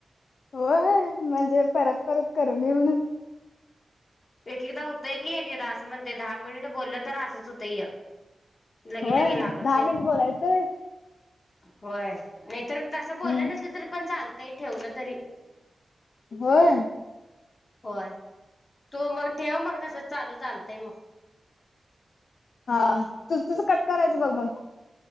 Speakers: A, on the left; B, on the left.
A: होय म्हणजे परत परत करू नये म्हणून
B: एक एकदा होतंय की एकेदा असं म्हणतय दहा मिनिट बोललं तर असंच होतंय. लगे
A: होय
B: लगे लागत
A: दहा
B: नाही
A: मिनट बोलायचंय.
B: होय नाहीतर तसं बोललं
A: हम्म
B: नसल तरी पण चालतय ठेवलं तरी.
A: होय
B: होय तू मग ठेव मग तस चालू चालतय मग.
A: हा तु तुझं कट करायचं बघ मग.